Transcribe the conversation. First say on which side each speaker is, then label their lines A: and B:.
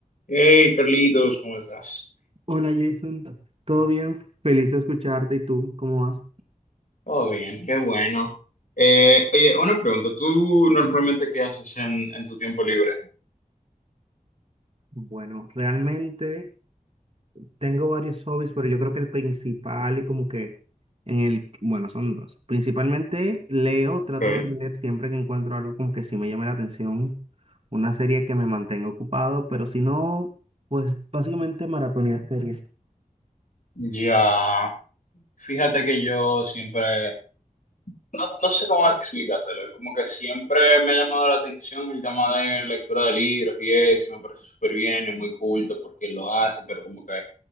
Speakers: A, on the left (about 60°); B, on the right (about 45°).
A: Hey, Carlitos, ¿cómo estás?
B: Hola Jason, ¿todo bien? Feliz de escucharte. ¿Y tú? ¿Cómo vas?
A: Todo bien, qué bueno. Eh, oye, una pregunta. ¿Tú normalmente qué haces en, en tu tiempo libre?
B: Bueno, realmente tengo varios hobbies, pero yo creo que el principal y como que en el, bueno, son dos. Principalmente leo,
A: Ok.
B: trato de leer siempre que encuentro algo como que sí me llame la atención, una serie que me mantenga ocupado, pero si no, pues básicamente maratonear series.
A: Ya, fíjate que yo siempre, no, no sé cómo explicártelo, es como que siempre me ha llamado la atención el tema de lectura de libros y eso, y me parece súper bien, es muy culto porque lo hace, pero como que